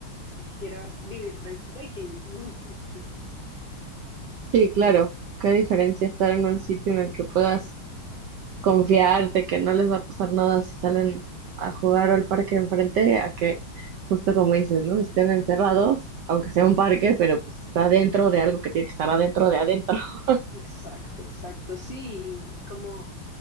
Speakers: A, on the left (about 50°); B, on the right (about 75°).
A: Yo quisiera vivir tranquila y que ellos vivan <laughs> tranquilos.
B: Sí, claro. Qué diferencia estar en un sitio en el que puedas confiarte que no les va a pasar nada si salen a jugar al parque enfrente, a que, justo como dices, ¿no? Estén encerrados, aunque sea un parque, pero pues está dentro de algo que tiene que estar adentro de adentro. <laughs>
A: Exacto, exacto, sí, y como